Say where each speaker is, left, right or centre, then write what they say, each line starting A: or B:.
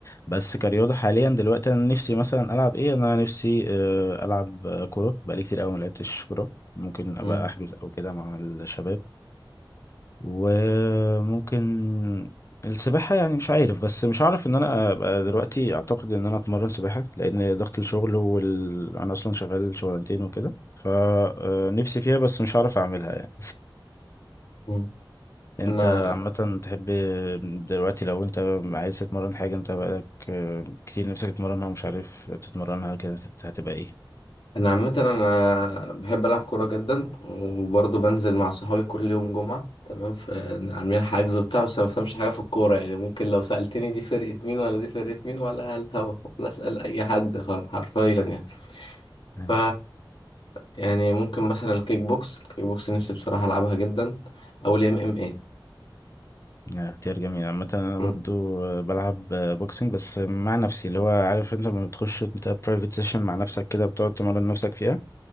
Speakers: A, on the left; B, on the left.
A: بس كرياضة حاليا دلوقتي انا نفسي مثلا العب ايه انا نفسي آه، العب آه، كورة بقالي كتير قوي ما لعبتش كورة ممكن ابقى
B: مم.
A: احجز او كده مع الشباب وممكن السباحة يعني مش عارف بس مش عارف ان انا ابقى دلوقتي اعتقد ان انا اتمرن سباحة لان ضغط الشغل وال... انا اصلا شغال شغلانتين وكده فنفسي فيها بس مش عارف اعملها يعني
B: مم.
A: انت
B: انا
A: عامة تحب دلوقتي لو انت عايز تتمرن حاجة انت بقالك آه، كتير نفسك تتمرنها ومش عارف تتمرنها كده هت- هتبقى
B: انا عامه انا بحب العب كوره جدا وبرضه بنزل مع صحابي كل يوم جمعه تمام فعاملين حجز وبتاع بس أنا ما بفهمش حاجه في الكوره يعني ممكن لو سالتني دي فرقه مين ولا دي فرقه مين ولا على الهوا ولا اسال اي حد خالص حرفيا يعني
A: ايه
B: ف يعني ممكن مثلا الكيك بوكس الكيك بوكس نفسي بصراحة ألعبها جدا أو ال MMA
A: آه، اختيار جميل عامة أنا
B: مم.
A: برضو آه، بلعب آه، بوكسنج بس مع نفسي اللي هو عارف أنت لما بتخش أنت برايفت سيشن مع نفسك كده بتقعد تمرن نفسك فيها